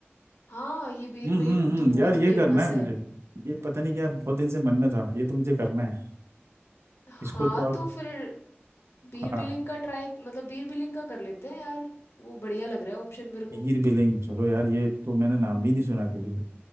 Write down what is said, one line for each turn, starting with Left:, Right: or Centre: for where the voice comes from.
Left: हाँ ये बीर
Right: हम्म
Left: बिलिंग
Right: हम्म हम्म
Left: तो बहुत
Right: यार ये
Left: फेमस
Right: करना है मुझे
Left: है
Right: ये पता नहीं क्या बहुत दिन से मन में था ये तो मुझे करना है
Left: हाँ
Right: इसको तो आप
Left: तो फिर बीर
Right: हाँ
Left: बिलिंग का ट्राई मतलब बीर बिलिंग का कर लेते हैं यार वो बढ़िया लग रहा है ऑप्शन मेरे को
Right: हीर बिलिंग चलो यार ये तो मैंने नाम भी नहीं सुना कभी